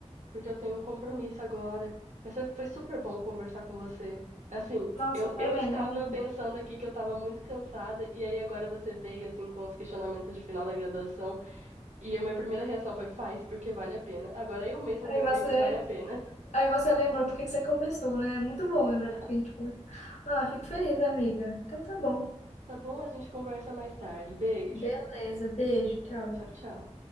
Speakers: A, on the right; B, on the left.
A: porque eu tenho um compromisso
B: Hum.
A: agora. Mas sabe, foi super bom conversar com você. Assim,
B: nossa,
A: eu,
B: foi
A: eu
B: mesmo.
A: estava
B: mesmo.
A: pensando aqui que eu estava muito cansada, e aí agora você veio, assim, com os questionamentos de final da graduação, e a minha primeira reação foi: faz, porque vale a pena. Agora eu mesma lembrei
B: Aí você,
A: que vale a pena.
B: aí você lembrou porque que você começou, né? É muito bom lembrar
A: <laughs>
B: porque a gente começou. Ah, fico feliz,
A: Exato.
B: amiga. Então tá bom.
A: Tá bom? A gente conversa mais tarde. Beijo.
B: Beleza, beijo, tchau.
A: Tchau, tchau.